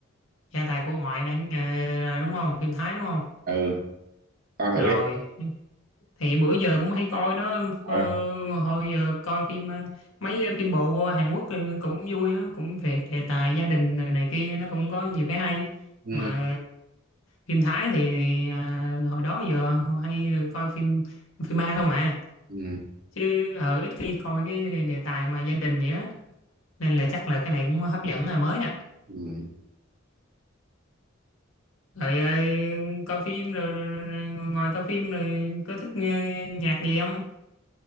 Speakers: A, on the left (about 85°); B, on the right (about 45°).
A: gia tài của ngoại đang ờ, đúng không phim Thái đúng không
B: Ừ, coi thử
A: rồi
B: đi.
A: thì bữa giờ cũng hay coi đó
B: Ờ.
A: ờ, hồi giờ coi phim ờ, mấy phim bộ Hàn Quốc ờ, cũng vui á cũng về đề tài gia đình rồi này kia nó cũng có nhiều cái hay
B: Ừ,
A: mà phim Thái thì à, hồi đó giờ hay coi phim phim ma không à
B: ừ,
A: chứ ờ, ít khi coi cái đề tài mà gia đình vậy đó nên là chắc là cái này cũng hấp dẫn là mới à
B: ừ.
A: rồi ờ, coi phim rồi, rồi, rồi, rồi ngoài coi phim rồi có thích nghe nhạc gì không